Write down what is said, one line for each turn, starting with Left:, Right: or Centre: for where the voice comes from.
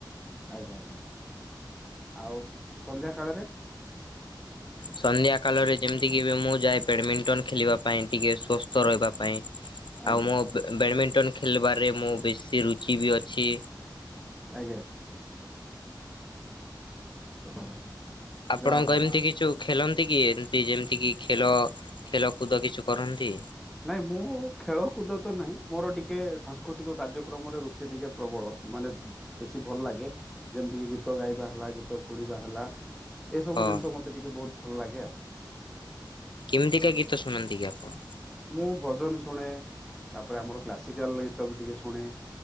Centre: ଆଜ୍ଞା ଆଜ୍ଞା ଆଉ ସନ୍ଧ୍ୟା କାଳରେ।
Left: ସନ୍ଧ୍ୟା କାଳରେ ଯେମିତିକି ବି ମୁଁ ଯାଏ ବ୍ୟାଡ଼ମିଣ୍ଟନ ଖେଳିବା ପାଇଁ ଟିକେ ସୁସ୍ଥ ରହିବା ପାଇଁ।
Centre: ଆଜ୍ଞା
Left: ଆଉ ମୋ
Centre: ଆଜ୍ଞା
Left: ବ୍ୟାଡ଼ମିଣ୍ଟନ ଖେଳିବାରେ ମୁଁ ବେଶୀ ରୁଚି ବି ଅଛି।
Centre: ଆଜ୍ଞା। <inaudible>
Left: ଆପଣଙ୍କ
Centre: ଯାହା ହଉ
Left: ଏମିତି କିଛୁ ଖେଳନ୍ତି କି ଏମତି ଯେମିତି କି ଖେଳ ଖେଳକୁଦ କିଛି କରନ୍ତି।
Centre: ନାଇଁ ମୁଁ ଖେଳ କୁଦ ତ ନାହିଁ ମୋର ଟିକେ ସାଂସ୍କୃତିକ କାର୍ଯ୍ୟକ୍ରମରେ ରୁଚି ଟିକେ ପ୍ରବଳ ମାନେ ବେଶୀ ଭଲ ଲାଗେ ଯେମିତି କିି ଗୀତ ଗାଇବା ହେଲା ଗୀତ ଶୁଣିବା ହେଲା। ଏସବୁ
Left: ହଁ
Centre: ଜିନିଷ ମୋତେ ଟିକେ ବହୁତ ଭଲ ଲାଗେ ଆଉ।
Left: କେମିତିକା ଗୀତ ଶୁଣନ୍ତି କି ଆପଣ?
Centre: ମୁଁ ଭଜନ ଶୁଣେ ତାପରେ ଆମର କ୍ଲାସିକାଲ ଗୀତ ବି ଟିକେ ଶୁଣେ।